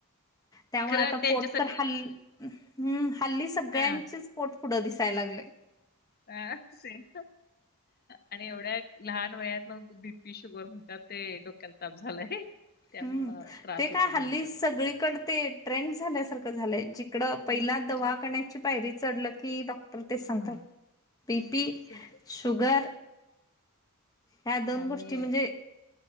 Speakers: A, on the left; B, on the left.
A: त्यामुळं
B: खरं
A: आता
B: त्यांच्यासाठी
A: पोट तर हल हम्म हल्ली सगळ्यांचेच
B: हा
A: पोट पुढं दिसायला लागलयं.
B: हा सेम आणि एवढ्या लहान वयात मग बीपी शुगर म्हणतात ते डोक्यात ताप झालाय. त्यामुळं
A: हम्म
B: त्रास
A: ते काय
B: होतोय
A: हल्ली
B: माणसाला
A: सगळीकडं ते ट्रेंड झाल्यासारखं झालंय जिकडं
B: ट्रेंड
A: पहिला
B: म्हणजे
A: दवाखाण्याची पायरी चढलं की डॉ टर तेच सांगतात
B: हम्म,
A: बी पी,
B: सगळं
A: शुगर ह्या दोन
B: आणि
A: गोष्टी म्हणजे